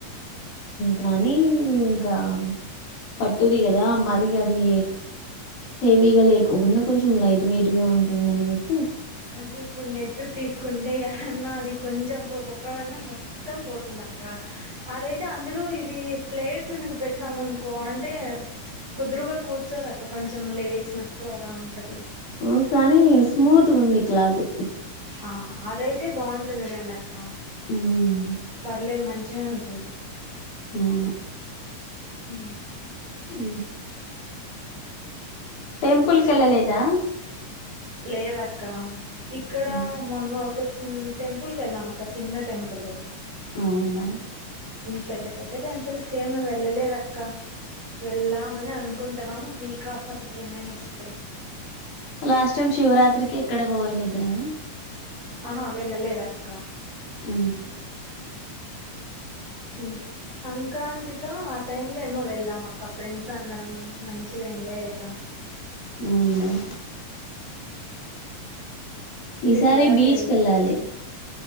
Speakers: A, on the left; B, on the right.
A: కానీ ఇంకా పట్టుది కదా మరి అది హెవీగా లేకోకుండా కొంచెం లైట్ వెయిట్ గా ఉంటుందనేసి
B: అంటే ఇప్పుడు నెట్ర్ తీసు ంటే అ అది కొంచెం పొక్కవ మొత్తం పోతుందాంక్క అదైతే అందులో ఇది ప్లేట్స్ ఎందుకు పెట్నాం అనుకో అంటే కుదురుగా కూర్చ అ కొంచె లేచినట్టు అలా ఉంటది
A: ఉవునుకానీ స్మూత్ ఉంది కలా అదు
B: ఆ అదయితే బాగుంటుంది రండి అక్క
A: ఉమ్,
B: పర్లేదు మంచి వచ్చే ఉంటుంది
A: నవును
B: హ
A: అ టెంపుల్ కెళ్లలేదా
B: లేదక్క ఇక్కడ
A: ఉమ్,
B: మొన్న ఒక టెంపుల్కి వెళ్ళాం అక్క చిన్న టెంపుల్
A: అవునులా
B: పెద్ద పెద్ద టెంపుల్స్కేమ వెళ్ళలేదక్క వెళ్ళామని అనుకుంటున్నాం వీక్ ఆఫ్ అలా ఏమైనా వస్తాయి
A: లాస్ట్ టైం శివరాత్రికి ఎక్కడ పోయలేదు కదా
B: ఆహా వెళ్ళలేదు అక్క
A: ఆ
B: సి సంక్రాంతక టైంలో ఏమో వెళ్ళాం అక్క ఫ్రెండ్స్ అందరం మంచిగా ఎంజాయ్ చేసాం
A: అవుంట ఈసారి
B: తిరుమలకి
A: బీచ్కి
B: వెళ్ళేసి
A: వెళ్ళాలి
B: వచ్చాం